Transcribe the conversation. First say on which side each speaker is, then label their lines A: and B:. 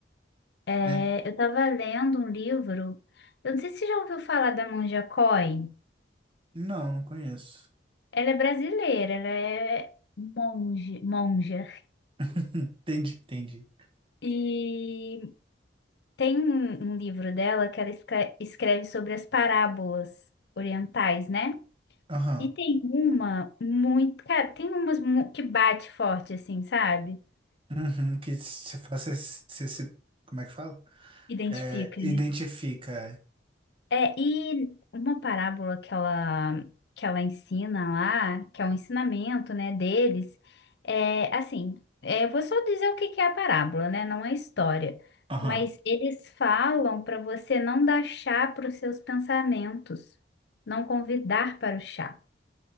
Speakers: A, on the left (about 60°); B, on the right (about 30°).
A: É,
B: É,
A: eu estava lendo um livro, eu não sei se você já ouviu falar da Monja Coen.
B: não, não conheço.
A: Ela é brasileira, ela é monge, monja.
B: <laughs> Entendi, entendi.
A: E tem um, um livro dela que ela escre- escreve sobre as parábolas orientais, né?
B: Aham.
A: E tem uma muito, cara, tem umas mu- que bate forte, assim, sabe?
B: Uhum, que você faz, você se, como é que fala?
A: Identifica.
B: É, identifica. é.
A: É, e uma parábola que ela, que ela ensina lá, que é um ensinamento, né, deles, é assim, é, eu vou só dizer o que que é a parábola, né, não é história,
B: Aham.
A: mas eles falam para você não dar chá para os seus pensamentos, não convidar para o chá.